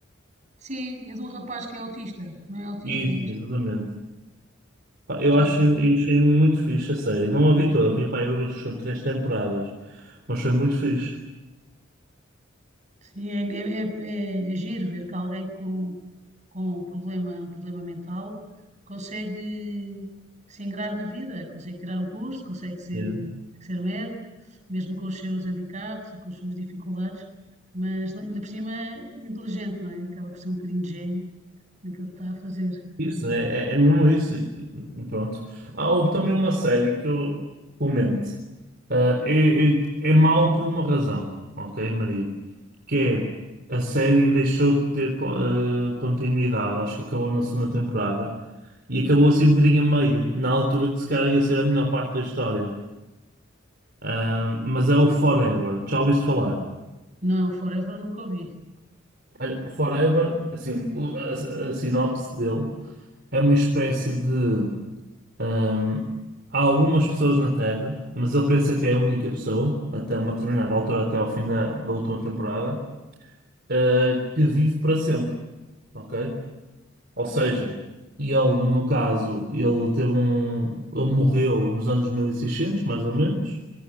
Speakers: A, on the right (about 35°); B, on the right (about 55°).
A: Sim, é de um rapaz que é autista. Não é autista,
B: Isso,
A: mas
B: exatamente. Pá, Eu
A: já
B: achei,
A: ouvi.
B: eu achei muito fixe a série. Não a vi toda, vi pá, eu acho três temporadas, mas foi muito fixe.
A: Sim, é, é, é, é é giro ver que alguém com, com um problema, um problema mental consegue se ingrar na vida, consegue tirar um curso, consegue ser,
B: Yeah.
A: ser médico, mesmo com os seus handicaps e com as suas dificuldades, mas não- ainda por cima é inteligente, não é? Acaba por ser um bocadinho de gênio naquilo que está a fazer.
B: Isso, é, é, é mesmo isso. E e pronto. Há houve também uma série que eu comento. Ah, é, é, é mau por uma razão, ok, Maria? que é a série deixou de ter co- eh, continuidade, acho que acabou na segunda temporada e acabou assim um bocadinho a meio, na altura que se calhar ia ser a melhor parte da história. Ah, mas é o Forever, já ouviste falar?
A: Não, o Forever nunca ouvi.
B: Olha, o Forever, assim, o- a, a sinopse dele é uma espécie de. ahm, há algumas pessoas na Terra, mas ele pensa que é a única pessoa, até uma determinada altura, até ao fim da, da última temporada, ah, que vive para sempre, ok? Ou seja, ele, no caso, ele teve um. Ele morreu nos anos 1600 mais ou menos.